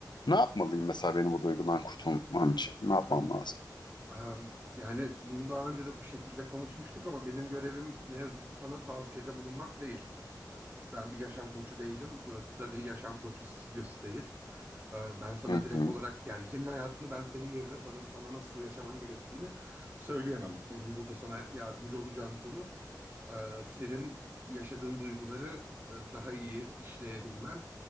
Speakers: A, on the left; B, on the right.
A: Ne yapmalıyım mesela benim bu duygudan kurtulmam için? Ne yapmam lazım?
B: Ee, Yani bunu daha önce de bu şekilde konuşmuştuk ama benim görevim ne yazık ki sana tavsiyede bulunmak değil. Ben bir yaşam koçu değilim. Burası da bir yaşam koçu stüdyosu değil. Ee, Ben sana
A: Hı
B: direkt
A: hı.
B: olarak yani senin hayatını ben senin yerine sana, sana nasıl yaşaman gerektiğini söyleyemem. Benim burada sana yardımcı olacağım konu e, senin yaşadığın duyguları e, daha iyi işleyebilmen,